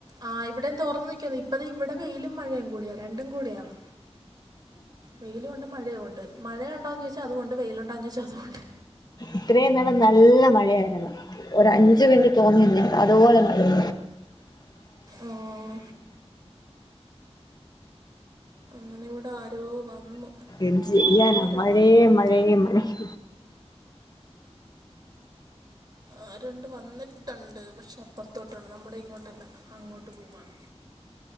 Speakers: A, on the right; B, on the left.
A: ആ ഇവിടേം തോർന്ന് നിയ്ക്കുവായിരുന്നു. ഇപ്പതേ ഇവിടെ വെയിലുംമഴയും കൂടിയാ രണ്ടും കൂടെയാണ് വെയിലൂണ്ട് മഴയും ഉണ്ട്. മഴ ഉണ്ടോന്ന് ചോയ്ച്ചാ അതൂഉണ്ട് വെയിലുണ്ടോന്ന് ചോയ്ച്ചാ അതൂഉണ്ട്.
B: ഇത്രയും നേരം നല്ല മഴയായിരുന്നു. ഒരഞ്ചു മിനിറ്റ് തോന്നിന്നു അതുപോലെ മഴയാ
A: ഉം അങ്ങനെ ഇവിടെ ആരോ വന്നു
B: എന്ത് ചെയ്യാനാ
A: ആരാണെന്നറിയത്തില്ല
B: മഴയേ മഴയേ മഴയേ
A: ആരണ്ട് വന്നിട്ടുണ്ട്. പക്ഷേ അപ്പുറത്തോട്ടാണ് നമ്മുടെ ഇങ്ങോട്ടല്ല അങ്ങോട്ട് പോവാണ്.